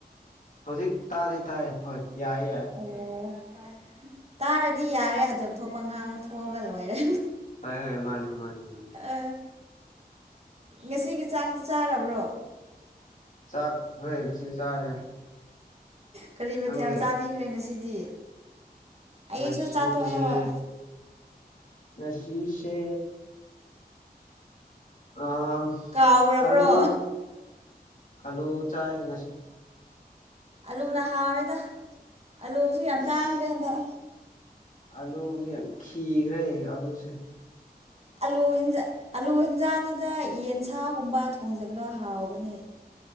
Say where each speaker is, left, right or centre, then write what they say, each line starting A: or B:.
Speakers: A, on the left (about 55°); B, on the right (about 40°).
A: ꯍꯧꯖꯤꯛ ꯇꯥꯗꯤ ꯇꯥꯏ ꯍꯣꯏ ꯌꯥꯏꯌꯦ ꯌꯥꯏ
B: ꯑꯣ ꯇꯥꯔꯗꯤ ꯌꯥꯔꯦ ꯑꯗꯨꯝ ꯊꯣꯛꯄ ꯉꯥꯡꯉ ꯊꯣꯛꯑꯒ ꯂꯣꯏꯔꯦ
A: ꯍꯣꯏ ꯍꯣꯏ ꯃꯥꯅꯦ ꯃꯥꯅꯦ ꯃꯥꯅꯦ
B: ꯑ ꯉꯁꯤꯒꯤ ꯆꯥꯛꯇꯤ ꯆꯥꯔꯕ꯭ꯔꯣ
A: ꯆꯥꯛ ꯍꯣꯏ ꯉꯁꯤ ꯆꯥꯔꯦ
B: ꯀꯔꯤ ꯃꯊꯦꯜ
A: ꯅꯪꯗꯤ
B: ꯆꯥꯕꯤꯈ꯭ꯔꯦ ꯉꯁꯤꯗꯤ ꯑꯩꯁꯨ
A: ꯉꯁꯤꯖꯦ
B: ꯆꯥꯊꯣꯛꯑꯦ ꯍꯣꯏ
A: ꯅꯁꯤꯁꯦ ꯑꯪ
B: ꯀꯥꯎꯈ꯭ꯔꯕ꯭ꯔꯣ
A: ꯑꯂꯨ ꯑꯥꯂꯨ ꯆꯥꯏ ꯉꯁꯤ
B: ꯑꯂꯨꯅ ꯍꯥꯎꯔꯦꯗ ꯑꯂꯨꯁꯨ ꯌꯥꯝ
A: ꯑꯩꯁ
B: ꯇꯥꯡꯈ꯭ꯔꯦ ꯍꯟꯗꯛ
A: ꯑꯥꯂꯨꯁꯦ ꯌꯥꯝ ꯈꯤꯈ꯭ꯔꯦ ꯑꯂꯨꯁꯦ
B: ꯑꯂꯨ ꯍꯦꯟꯖ ꯑꯂꯨ ꯍꯦꯟꯖꯥꯡꯗꯨꯗ ꯌꯦꯟꯁꯥꯒꯨꯝꯕ ꯊꯣꯡꯖꯤꯜꯂꯣ ꯍꯥꯎꯕꯅꯦ